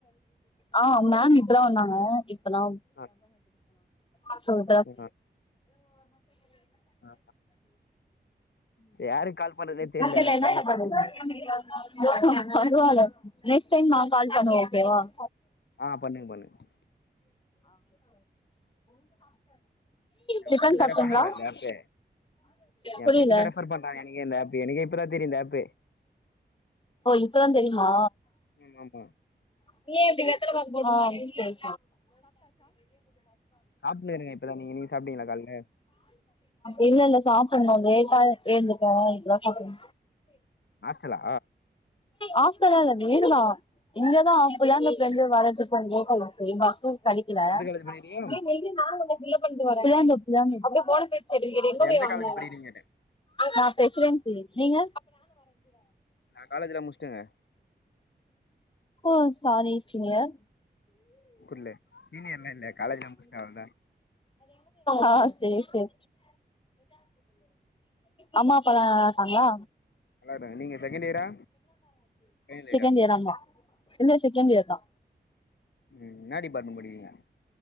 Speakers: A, on the left; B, on the left.
A: ஆ மேம் இப்பதா வந்தாங்க இப்பதா
B: ஆ
A: <unintelligible> சோ <inaudible>
B: ஆ ஆ யாருக்கு கால் பண்றதுனே தெர்ல
A: மத்தல்ல
B: அதனாலதா
A: என்ன
B: உங்களுக்கு
A: பண்ணுவீங்க
B: மெசேஜ்
A: பரவால நெக்ஸ் டைம் நா கால் பண்ணுவே ஓகேவா <inaudible>
B: ஆ பண்ணுங்க பண்ணுங்க
A: டிஃபன்
B: ரெண்டு பேரு
A: சாப்ட்டீங்களா
B: ரெபர் பண்ணாங்க நேத்தே எ
A: புரியல
B: ஃப்ரெண்டு தா ரெபர் பண்றான் எனக்கு ஆப்பு எனக்கு எப்றா தெரியும் அப்பே
A: ஓ இப்பதா தெரியுமா
B: ம் ஆமா
A: <unintelligible> நீன் எப்டித்த ப போடுரி சரி
B: சாப்பட்டுனு இருக்கே இப்பதா நீ சாப்டிங்ளா கால்லே
A: இல்ல இல்ல சாப்பணு லேட்டா ஆயிச்சு இப்ப தா சாப்பனு
B: ஆஸ்டலா
A: ஆஸ்டல்லா இல்ல வீடு தா இங்கதா புள்ளாங்க வரத்துக்கு சரி பஸ்ஸு கழிக்கல
B: எந்த காலேஜ் படிக்கிறீங்க
A: நீ நில்லுரி கொஞ்சம் பண்ணா அப்படியே போன
B: எந்த காலேஜ் படிக்கிறீங்க கேட்டே
A: நான் பேசுறேன் நீங்க
B: நா காலேஜ்ல்லா முச்சுட்டேங்க
A: ஒ சாரி சீனியர்
B: குர்லே சீனியர்லா இல்ல காலேஜ்லா முட்ச்சுட்டே அவ்ளோ தா
A: ஆ சரி சரி அம்மா அப்பாலா நல்லா இருக்காங்களா
B: நல்லாருக்காங்க நீங்க செகண்ட் இயரா ஃபைனல் இயரா
A: செகண்ட் இயர் ஆமா இல்ல செகண்ட் இயர் தா
B: என்ன டிபாட்மண்ட் படிக்றீங்க